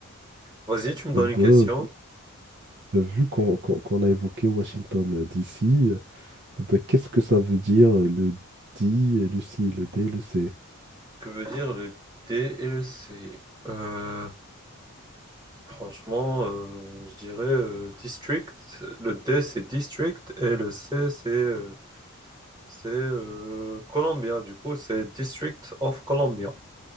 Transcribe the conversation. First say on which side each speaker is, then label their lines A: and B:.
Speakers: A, on the right (about 20°); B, on the right (about 50°).
A: Vas-y, tu me donnes
B: Ah bah,
A: une question.
B: vu vu qu'on qu'on- qu'on a évoqué Washington d'ici, Ah Ben, qu'est-ce que ça veut dire euh, le di, et le si, le d, le c?
A: Que veut dire le D et le C? Euh, franchement, euh, je dirais euh, district. Le D, c'est district et le C, c'est euh, c'est euh, Columbia. Du coup, c'est District of Columbia.